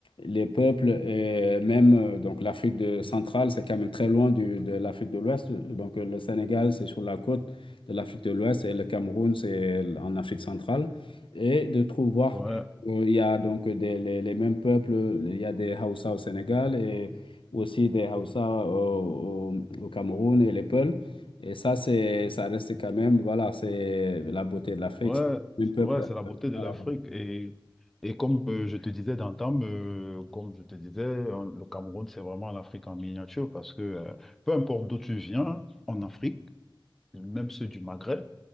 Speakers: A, on the left (about 80°); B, in the centre.
A: les peuples et même euh, donc l'Afrique de- centrale, c'est quand même très loin du- de l'Afrique de l'Ouest. Donc, euh, le Sénégal, c'est sur la côte de l'Afrique de l'Ouest et le Cameroun, c'est en Afrique centrale. Et de trouver voir
B: Ouais.
A: que, euh, il y a donc des, les, les mêmes peuples, il y a des Hausa au Sénégal et aussi des Hausa au, au- au Cameroun et les Peuls. Et ça, c'est, ça reste quand même, voilà, c'est la beauté de l'Afrique,
B: Ouais,
A: c'est un peuple
B: ouais, c'est la beauté
A: euh,
B: de
A: arabe.
B: l'Afrique. Et, et comme euh, je te disais d'antan, euh, comme je te disais, on- le Cameroun, c'est vraiment l'Afrique en miniature parce que euh, peu importe d'où tu viens en Afrique, même ceux du Maghreb,